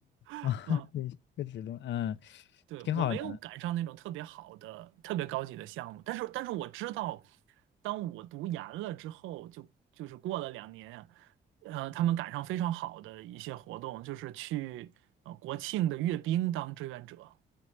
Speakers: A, on the right (about 85°); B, on the left (about 65°).
A: <laughs>
B: 啊，<laughs> 对，科职论，嗯，
A: 对，
B: 挺好的
A: 我没有赶上那种特别好的、特别高级的项目，但是，但是我知道，当我读研了之后，就就是过了两年呀，呃，他们赶上非常好的一些活动，就是去呃国庆的阅兵当志愿者，